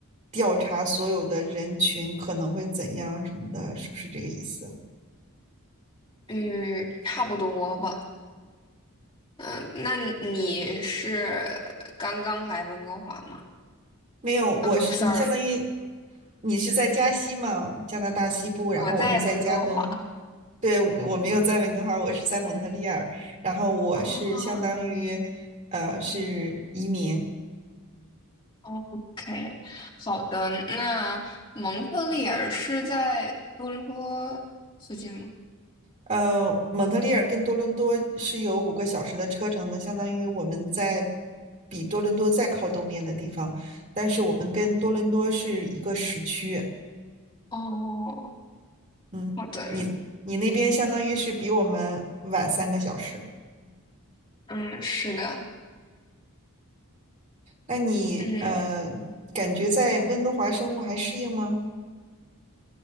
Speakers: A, on the right (about 35°); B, on the left (about 25°).
A: 调查所有的人群可能会怎样什么的，是不是这个意思？
B: 嗯，差不多吧。嗯、那你是刚刚来温哥华吗？
A: 没有，
B: 啊，
A: 我是你相当于
B: 不，sorry，
A: 你是在加西嘛，加拿大西部，然后我是在加东。
B: 我在温哥华。
A: 对，我没有在温哥华，我是在蒙特利尔，然后我是相当于呃是移民。
B: 哦，OK，好的。那蒙特利尔是在多伦多附近吗？
A: 呃，蒙特利尔跟多伦多是有五个小时的车程的，相当于我们在比多伦多再靠东边的地方，但是我们跟多伦多是一个时区。
B: 嗯，哦，
A: 嗯，
B: 好的，
A: 你你那边相当于是比我们晚三个小时。
B: 嗯，是的，
A: 那你呃，
B: 嗯，
A: 感觉在温哥华生活还适应吗？